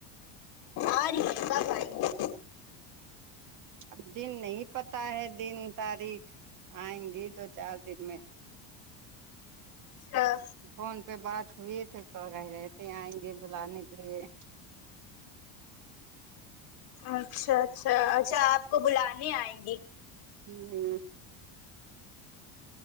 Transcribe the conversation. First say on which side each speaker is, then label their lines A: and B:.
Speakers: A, on the left (about 60°); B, on the right (about 45°).
A: آاری ہے کا بائی
B: اب دن نہیں پتا ہے دن تاریخ آئیں گی دو چار دن میں
A: ہاں
B: فون پہ بات ہوئی تھے کہہ رہے تھے آئیں گے بلانے کے لیے
A: اچھا اچھا اچھا آپ کو بلانے آئیں گی
B: ہوں